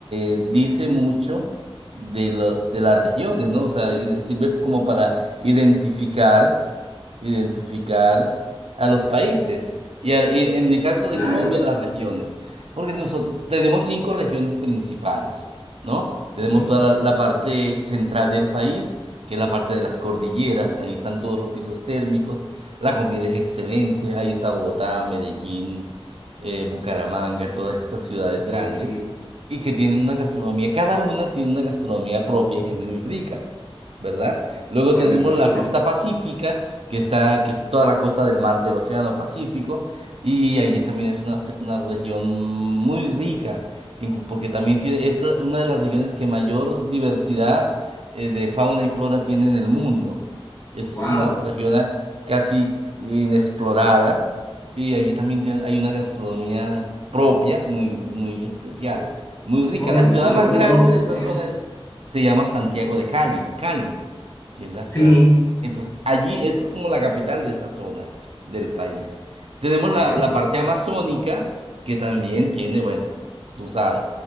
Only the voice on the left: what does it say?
Claro,
ok,
ok.
Hoy
me imagino.
Wow,
hoy
me
vuelvo
loco
con
eso.
Sí,
ok.